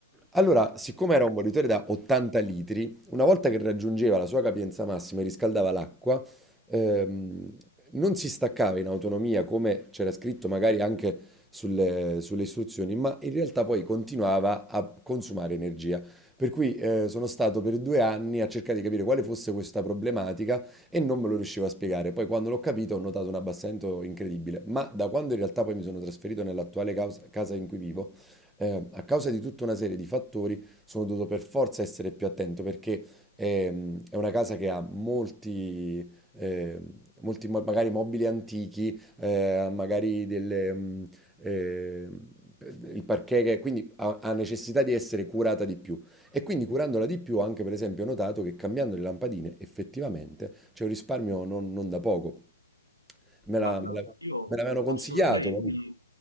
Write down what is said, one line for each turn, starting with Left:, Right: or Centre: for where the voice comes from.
Centre: Allora, siccome era un bollitore da 80 litri, una volta che raggiungeva la sua capienza massima e riscaldava l'acqua, ehm, non si staccava in autonomia come c'era scritto magari anche sulle, sulle istruzioni, ma in realtà poi continuava a consumare energia. Per cui eh, sono stato per due anni a cercare di capire quale fosse questa problematica e non me lo riuscivo a spiegare. Poi quando l'ho capito ho notato un abbassamento incredibile, ma da quando in realtà poi mi sono trasferito nell'attuale causa- casa in cui vivo, eh, a causa di tutta una serie di fattori sono dovuto per forza essere più attento perché ehm, è una casa che ha molti eh, molti mo- magari mobili antichi, eh, magari delle, mh, eh, il parquet che quindi ha, ha necessità di essere curata di più. E quindi curandola di più, anche per esempio, ho notato che cambiando le lampadine effettivamente c'è un risparmio non, non da poco. Me
Right: Guarda,
Centre: la- me la- me
Right: io
Centre: l'avevano consigliato.
Right: posso, sai,
Centre: capito?
Right: mi,